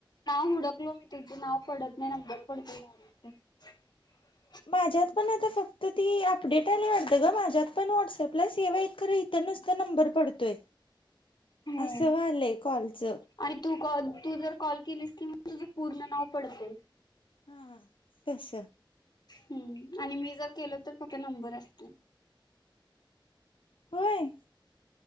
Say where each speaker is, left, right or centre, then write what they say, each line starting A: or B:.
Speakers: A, on the left (about 55°); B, on the left (about 85°).
A: नाव हुडकलो मी तिथे नाव पडत नाही नंबर पडतोय डायरेक्ट
B: माझ्यात पण आता फक्त ती अपडेट आलीय वाटत ग माझ्यात पण व्हाट्सअपलाच तेव्हा एक खरं इथं नसता नंबर पडतोय
A: होय
B: असं व्हायलंय कॉलच
A: आणि तू कॉल तू जर कॉल केलीस की म तुझं पूर्ण नाव पडतंय.
B: हा तस
A: हम्म आणि मी जर केल तर फक्त नंबर असतोय.
B: होय.